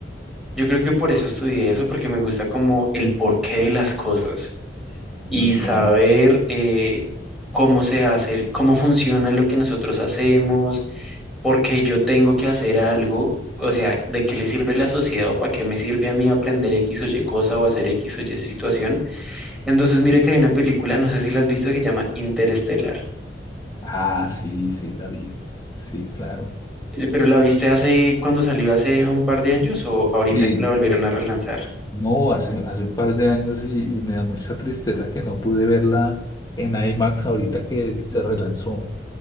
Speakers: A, in the centre; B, on the left.
A: yo creo que por eso estudié eso, porque me gusta como el porqué de las cosas y
B: Uy,
A: saber
B: qué bien.
A: eh, cómo se hace, cómo funciona lo que nosotros hacemos, por qué yo tengo que hacer algo, o sea, de qué le sirve la sociedad o para qué me sirve a mí aprender X o Y cosa o hacer X o Y situación Entonces,
B: Sí.
A: mira que hay una película, no sé si la has visto, que se llama Interestelar.
B: Ah, sí, sí, la vi. Sí, claro.
A: Eh, ¿Pero la viste hace cuando salió hace un par de años o ahorita
B: Sí.
A: que la volvieron a relanzar?
B: Y- No, hace, hace un par de años y, y me da mucha tristeza que no pude verla en IMAX ahorita que, que se relanzó,